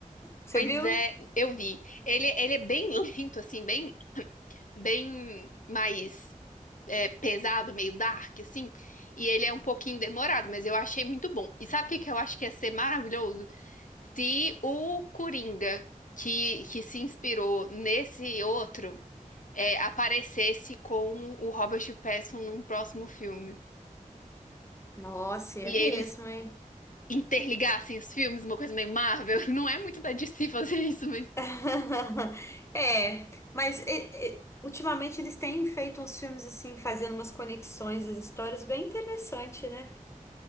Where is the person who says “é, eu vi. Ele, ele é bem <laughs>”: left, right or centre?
Left